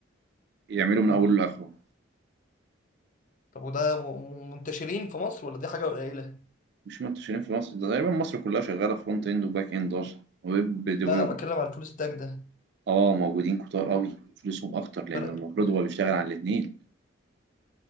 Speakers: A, on the right (about 55°); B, on the left (about 40°).
A: يعمله من
B: مم.
A: اوله لاخره
B: طب وده م- منتشرين في مصر ولا دي حاجة قليلة؟
A: مش منتشرين في مصر ده تقريبا مصر كلها شغاله فرونت اند وباك اند اصلا ويب ديفلوب
B: لا لا بتكلم عن الفول ستاك ده
A: اه موجودين كتار قوي فلوسهم اكتر لان
B: فرق
A: المفروض هو بيشتغل على الاثنين